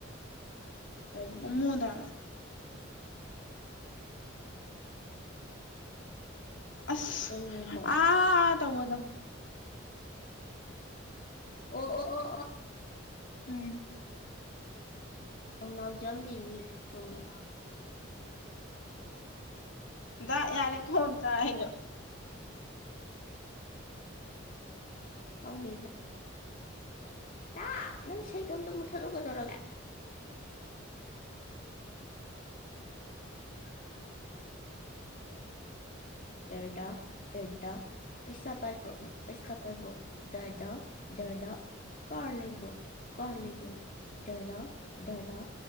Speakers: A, on the left (about 45°); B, on the left (about 65°).
A: ꯀꯔꯤ
B: ꯑꯣꯃꯗꯥꯡ ꯑꯁ
A: ꯀꯩ ꯍꯣꯃꯣ
B: ꯑ ꯇꯉꯗꯣ
A: ꯑꯣ ꯑꯣ ꯑꯣ ꯑꯣ
B: ꯎꯝ
A: ꯊꯧꯅꯥꯎꯖꯝ ꯂꯤꯂꯤ ꯆꯨꯝꯃꯦ
B: ꯗ ꯌꯥꯔꯛ ꯍꯣꯗ ꯍꯥꯏꯣ
A: ꯀꯉꯅ ꯇ ꯅꯪ ꯁꯇꯝꯇ ꯃꯨꯊꯗꯒꯗꯧꯔꯒ <inaudible> ꯗꯦꯔꯗꯥ ꯗꯔꯗꯥ ꯄꯩꯁꯥ ꯄꯥꯏꯕ꯭ꯔꯣ ꯄꯩꯁꯥ ꯄꯥꯏꯕ ꯗꯗꯥ ꯗꯗꯥ ꯀꯔ ꯂꯩꯕ꯭ꯔꯣ ꯀꯔ ꯂꯩꯕ꯭ꯔꯣ ꯗꯙꯗꯥ ꯗꯗꯥ